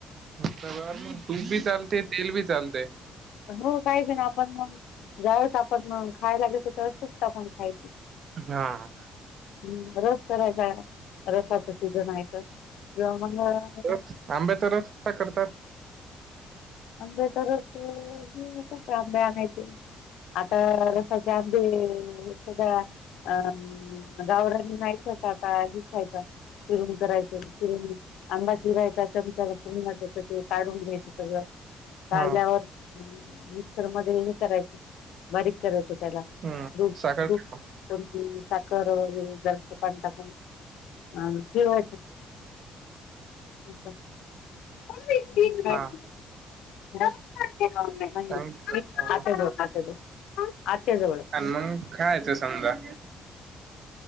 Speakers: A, on the right; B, on the left.
A: हप्ता भर मग, तुपबी चालते तेलबी चालते.
B: हो काही प ना आपण मग ज्यावेळेस आपण मग खायला घेतो त्यावेळेस कुट टाकून खायची
A: हां
B: हम्म रस करायचा रसाच सीझन आहे तर किंवा मगृ
A: रस आंब्याचा रस कसा करतात
B: आंबे चारस तरच ह अस का आंबे आणायचे आता रसाचे आंबे हे सध्या अ गावरानी नाहीयच आता खायचं चिरून करायचं रून आंबा चिरायचा चमचाला पूर्चं ते काढून घ्यायचं सगळं काढल्यावर
A: हा
B: मिक्सर मध्ये हे करायचं बारीक करायचं त्याला.
A: हम्म
B: दो
A: साखर
B: दुप
A: टाकून
B: आणखीन साखर वैगरे जरास पाणी टाकून अ फिरवायचं असं मग काय
A: हा
B: <inaudible>
A: चांगली
B: आत्याजवळ.
A: आणि मग खायचं समदया